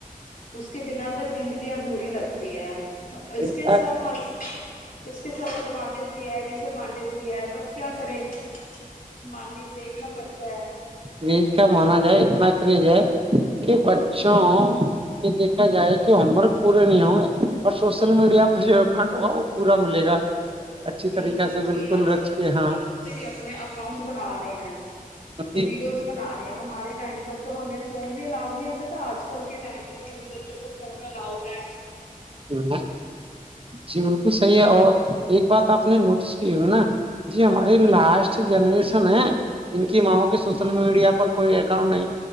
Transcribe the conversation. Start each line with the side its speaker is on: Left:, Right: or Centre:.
Left: اس کے بنا تو زندگی ادھوری لگتی ہے اس
Right: اتنا
Left: کے سب پاس اس کے ساتھ ایڈوانٹیج بھی ہے ڈس ایڈوانٹیج بھی ہے بٹ کیا کریں <unintelligible> ماننی دیکھنا پڑتا اچا <unintelligible>
Right: کریز کیا مانا جائے اتنا کریز ہے کہ بچوں کے دیکھا جائے کہ ہوم ورک پورے نہیں ہوں اور سوشل میڈیا پر جو اکاؤٹ ہوگا وہ پورا ملے گا <unintelligible>
Left: جی
Right: طریقہ
Left: جی
Right: سے
Left: جی
Right: بالکل
Left: آج
Right: رچ
Left: کل
Right: کے
Left: چھوٹے
Right: ہاں
Left: چھوٹے بچے بھی اپنے اکاؤنٹ بنا رہے ہیں
Right: جی
Left: ویڈیوز بنا رہے ہیں ہمارے ٹائم بٹ تو ہمیں فون بھی الاؤڈ نہیں آتا تھا آج کل کے ٹائم پر سب بچوں کو فون لاؤودا
Right: ہ جی بکل صحیح ہے اور ایک بات آپ نے نوٹس کی ہو نا جی ہماری لاسٹ جنریشن ہے جن کی ماں کی سوشل میڈیا پر کوئی اکاؤنٹ نہیں